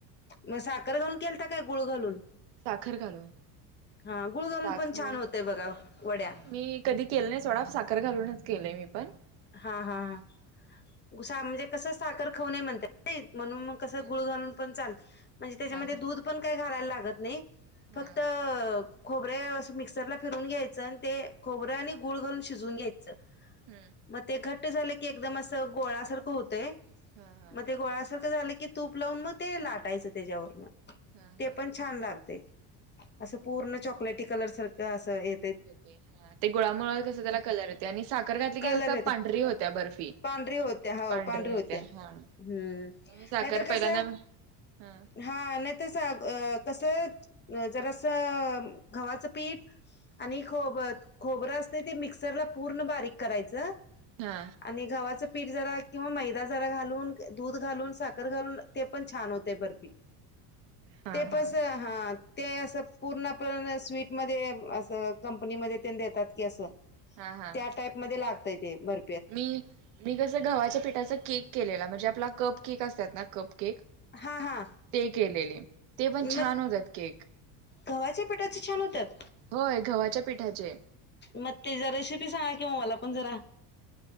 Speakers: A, on the left; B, on the right.
A: मग साखर घालून केलता काय गुळ घालून.
B: साखर घालून
A: हा गुळ घालून
B: साखर
A: पण छान होतय बघा वड्या.
B: मी कधी केलं नाही थोडा साखर घालूनच केलंय मी पण.
A: हा हा हा गुसा म्हणजे कस साखर खाऊणे म्हणतात म्हणून मग कस
B: हा
A: गुळ घालून पण चालत म्हणजे त्याच्यामध्ये
B: हा हा
A: दूध पण काय घालायला लागत नाय.
B: हा
A: फक्त खोबरे अस मिक्सरला फिरून घ्यायचं आणि ते खोबरं आणि गुळ घालून शिजवून घ्यायचं.
B: हम्म.
A: मग ते घट्ट झाले की एकदम असं गोळासारखं होतंय
B: हा हा
A: मग ते गोळासारखं झालं की तूप लावून म ते लाटायचं त्याच्यावरन.
B: हा
A: ते
B: हा
A: पण
B: हा
A: छान लागतय असं
B: हम्म.
A: पूर्ण चॉकलेटी कलर सारख अस हे
B: येते हा ते गुळामुळ कस त्याला कलर आणि साखर घातली
A: कलर
B: की कस
A: येते
B: पांढरी होतीया बर्फी
A: पांढरी होत्या हो
B: पांढरी राहतिया
A: होत्या हम्म
B: हा. मी साखर
A: नाहीतर
B: पहिला
A: कसं
B: ना हा
A: हा नाय तर स कसं जरासं गव्हाचं पीठ आणि खोब -खोबरं असतंय ते मिक्सरला पूर्ण बारीक करायचं.
B: हा.
A: आणि गव्हाचं पीठ जरा किंवा मैदा जरा घालून दूध घालून, साखर घालून ते पण छान होतय बरपी.
B: हा
A: ते
B: हा
A: पस हां ते असं पूर्णपण स्वीटमध्ये असं कंपनीमध्ये ते देतात की असं.
B: हा हा.
A: त्या टाईप मध्ये लागतय ते बर
B: मी मी कसं गवाहाच्या पिठाचा केक केलेला. म्हणजे आपला कप केक असतात ना कप केक
A: हा हा
B: ते केलेले ते पण छान
A: मग
B: होतात केक.
A: गव्हाच्या पिटाचे छान होत्यात?
B: होय गव्हाच्या पिठाचे.
A: म तेज रेसिपी सांगा किं मला पण जरा.